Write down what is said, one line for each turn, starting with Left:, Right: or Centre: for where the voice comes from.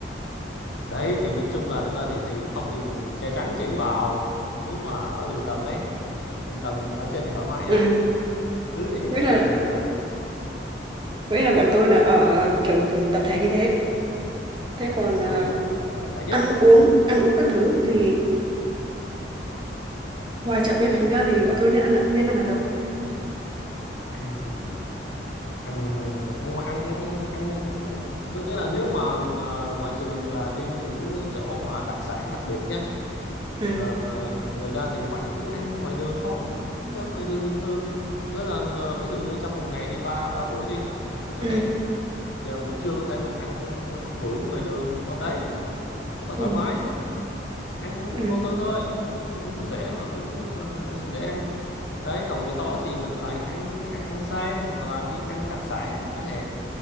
Left: đấy thì nói chung là thực ra thì thì không thì mình che chắn kỹ vào nếu mà ở đường tầng ấy đường tầng ở trên thì thoải mái
Right: ừ
Left: à dưới thì
Right: nghĩa
Left: đấy
Right: là
Left: thì ờ,
Right: nghĩa là bọn tôi là ở kiểu tập thể như thế thế còn
Left: ừ
Right: à,
Left: là, là rẻ nhất
Right: ăn uống ăn uống các thứ thì ngoài chợ bên thành ra thì bọn tôi nên ăn nên ăn ở đâu
Left: ăn thì ăn ờ, ăn ngoài- ăn ăn ăn ờ, có nghĩa là nếu mà ờ, ngoại trừ là đi những cái chỗ mà đặc sản đặc biệt nhá
Right: ừ
Left: Ờ, ờ, ngoài ra thì bạn cứ ăn ngoài đường thôi ăn cơm ngoài đường bình thường với là ờ, ví dụ như trong một ngày đi ba ba buổi đi chẳng
Right: ừ
Left: hạn giờ buổi trưa có thể mình ăn ờ, vắt phưởng ngoài đường đâu đấy rất là
Right: ừ
Left: thoải mái ăn
Right: ừ
Left: vô tư thôi cũng rẻ mà cũng ờ, dễ ăn đấy còn buổi tối thì mình lại ăn ăn ăn sang hoặc là đi ăn đặc sản chẳng hạn